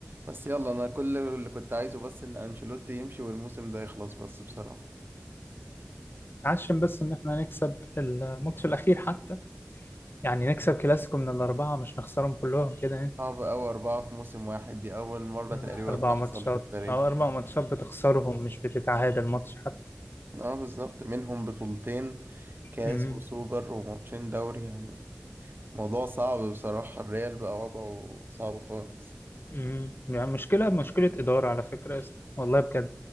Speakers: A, on the right (about 60°); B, on the left (about 60°).
A: بس يلا انا كل اللي كنت عايزه بس ان انشيلوتي يمشي والموسم ده يخلص بس بصراحة
B: عشان بس ان احنا نكسب الماتش الاخير حتى يعني نكسب كلاسيكو من الاربعه مش نخسرهم كلهم كده يعني
A: صعب أوي أربعة في موسم واحد دي أول مرة
B: يعني
A: تقريبا
B: اربع
A: تحصل
B: ماتشات
A: في التاريخ
B: او اربع ماتشات بتخسرهم مش بتتعادل ماتش حتى
A: اه بالظبط منهم بطولتين كاس
B: امم
A: وسوبر وماتشين دوري يعني موضوع صعب بصراحة الريال بقى وضعه صعب خالص
B: امم يعني مشكله مشكله اداره على فكره يا اسطى والله بجد